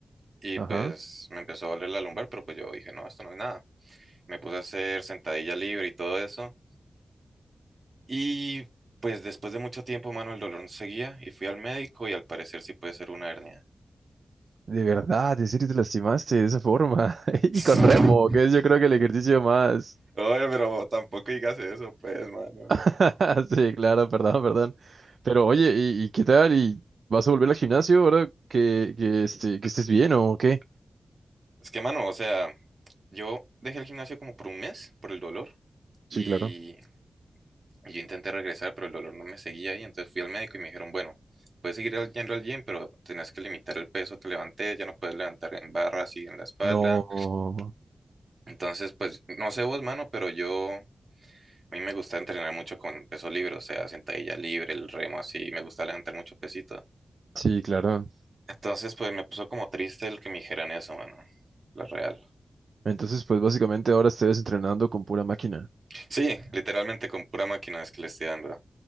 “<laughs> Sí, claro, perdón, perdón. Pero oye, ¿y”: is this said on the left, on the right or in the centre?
Right